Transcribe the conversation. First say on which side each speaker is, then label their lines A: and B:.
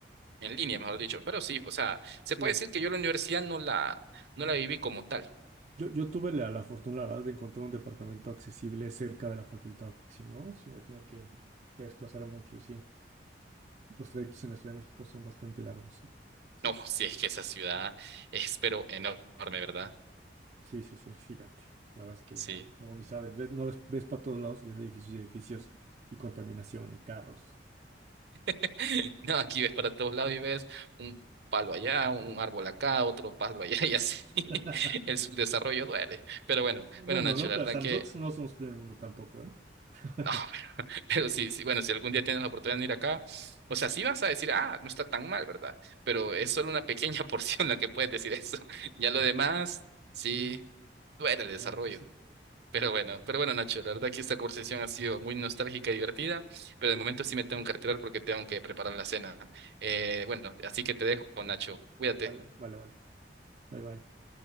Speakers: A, on the right; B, on the right.
A: en línea, mejor dicho, pero sí, o sea, se
B: Sí.
A: puede decir que yo la universidad no la, no la viví como tal.
B: Yo, yo tuve la, la fortuna, la verdad, de encontrar un departamento accesible cerca de la facultad, porque si no, si me tengo que, que desplazar mucho y sí, los trayectos en la Ciudad de México son bastante largos, sí. Sí,
A: No, <laughs> sí, es que esa ciudad es pero enorme, ¿verdad?
B: sí, sí, sí, gigante. La verdad es que
A: Sí.
B: ah, no ni sabes, ves, no ves, ves para todos lados, y ves edificios y edificios y contaminación y carros.
A: <laughs> No, aquí ves para todos lados y ves un palo allá, un árbol acá, otro palo allá y así. <laughs>
B: <laughs>
A: El subdesarrollo duele. Pero bueno,
B: Bueno,
A: bueno, Nacho,
B: no,
A: la
B: o
A: verdad
B: sea,
A: que
B: nosotros no somos primer mundo tampoco, ¿eh? <laughs>
A: no, Pero sí, sí, bueno, si algún día tienes la oportunidad de venir acá, o sea, sí vas a decir, ah, no está tan mal, ¿verdad? Pero es solo una pequeña <laughs> porción la que puedes decir eso. Ya lo demás, sí, duele el desarrollo.
B: Bueno, pues sí.
A: Pero bueno, pero bueno, Nacho, la verdad que esta conversación ha sido muy nostálgica y divertida, pero de momento sí me tengo que retirar porque tengo que preparar la cena. Eh, bueno, así que te dejo, Nacho, cuídate.
B: Vale, vale, vale. Bye, bye.